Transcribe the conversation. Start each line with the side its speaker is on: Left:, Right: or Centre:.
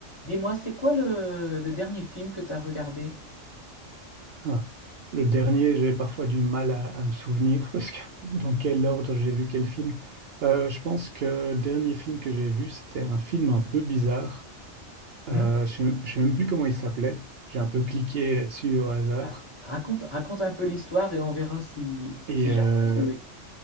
Left: Dis-moi, c'est quoi le, le dernier film que tu as regardé?
Right: Ah, Le dernier, j'ai parfois du mal à, à me souvenir parce que <laughs> dans quel ordre j'ai vu quel film. Euh, je pense que le dernier film que j'ai vu, c'était un film un peu bizarre. Euh,
Left: Hmm
Right: je ne sais je sais même plus comment il s'appelait. J'ai un peu cliqué là-dessus au hasard.
Left: Ah, Raconte, raconte un peu l'histoire et on verra si, si
Right: Et
Left: j'arrive
Right: euh,
Left: à trouver.